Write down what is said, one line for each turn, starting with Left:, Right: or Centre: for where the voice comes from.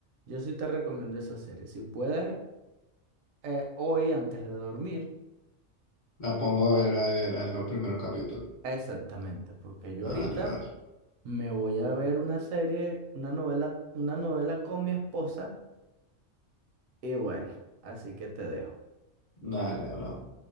Right: Yo sí te recomiendo esa serie. Si puedes, eh, hoy antes de dormir,
Left: La pongo a ver, a ver, a los primeros capítulos.
Right: exactamente, porque yo
Left: Vale,
Right: ahorita
Left: vale.
Right: me voy a ver una serie, una novela, una novela con mi esposa y bueno, así que te dejo.
Left: Dale, hablamos.